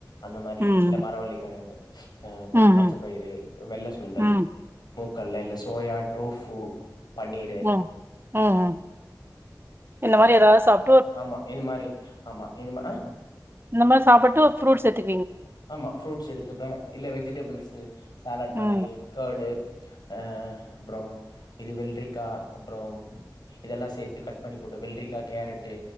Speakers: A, on the left; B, on the right.
A: அந்த மாரி
B: ம்
A: இந்த மரவள்ளிக்கெழங்கு கொஞ்சொ
B: ம் ம்
A: பச்சப்பயிறு வெள்ள சுண்டல்
B: ம்
A: முக்கடல இல்ல சோயா டோஃபு பன்னீரு
B: ம் ம் ம் இந்த மாரி எதாவது சாப்
A: ஆமா இது மாரி ஆமா இது மா அஹ்
B: நம்ம சாப்ப டு ப்ரூட்ஸ் சேத்து
A: ஆமா ஃப்ரூட்ஸ் எடுத்துப்பே இல்ல வெஜிடெபிள்ஸ் து சாலட் மாரி
B: ம்
A: கர்ட் அஹ் அப்ரொ இது வெள்ரிக்கா அப்ரொம் இதெல்லா சேத்து கட் பண்ணி போட்டு வெள்ரிக்கா கேரட்டு